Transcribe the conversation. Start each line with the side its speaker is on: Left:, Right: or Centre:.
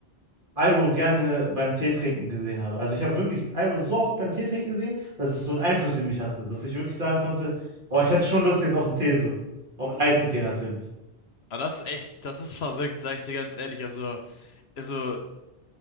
Right: Iroh gerne beim Tee trinken gesehen habe. Also ich habe wirklich Iroh so oft beim Tee trinken gesehen, dass es so einen Einfluss in mich hatte, dass ich wirklich sagen konnte, boah, ich hätte schon Lust jetzt auf einen Tee, so. Auf einen heißen Tee natürlich.
Left: Aber das ist echt, das ist verrückt, sag ich dir ganz ehrlich. Also, also